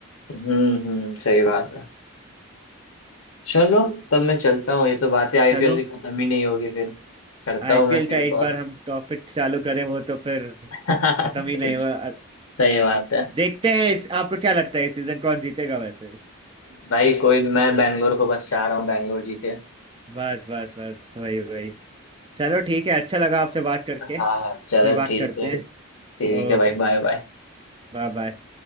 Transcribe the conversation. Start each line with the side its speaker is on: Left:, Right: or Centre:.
Left: हम्म हम्म सही बात है चलो तब मैं चलता हूँ ये तो बातें आईपीएल
Right: चलो
Left: की खत्म ही नहीं होगी फिर करता
Right: आईपीएल
Left: हूँ मैं फिर
Right: का एक
Left: कॉल
Right: बार हम टॉपिक चालू करें वो तो फिर
Left: <laughs>
Right: खत्म ही नहीं हुआ <laughs>
Left: सही बात है
Right: देखते हैं इस, आपको क्या लगता है इस सीजन कौन जीतेगा वैसे
Left: भाई कोई मैं बैंगलोर को बस चाह रहा हूँ बैंगलोर जीते
Right: बस बस बस वही वही चलो ठीक है अच्छा लगा आपसे बात करके
Left: हाँ हाँ चलो
Right: फिर बात
Left: ठीक
Right: करते
Left: है
Right: हैं
Left: ठीक
Right: Okay
Left: है भाई बाय बाय
Right: bye bye